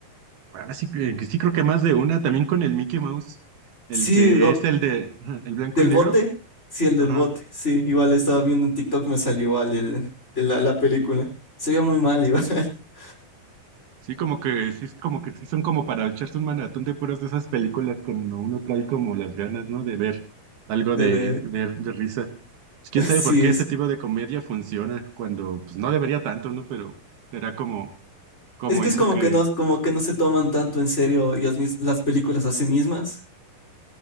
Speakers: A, on the right; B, on the left.
A: Ahora sí, que- que sí creo que más de una, también con el Mickey Mouse, el
B: Sí,
A: que es el de ajá, el blanco
B: ¿Del
A: y negro.
B: bote? Sí, el del
A: Ajá.
B: bote. Sí, igual estaba viendo en TikTok, me salió igual el, el- la, la película. Se veía muy mal igual. <laughs>
A: Sí, como que sí, es como que sí son como para echarse un maratón de puras de esas películas que uno, uno trae como las ganas, ¿no? De ver algo
B: Debe,
A: de, de, de risa. Pues, ¿Quién
B: <laughs> sí
A: sabe por qué
B: es.
A: ese tipo de comedia funciona cuando, pues no debería tanto, ¿no? Pero será como, como
B: Es que
A: eso
B: es como
A: que,
B: que no, como que no se toman tanto en serio ellas mis, las películas a sí mismas.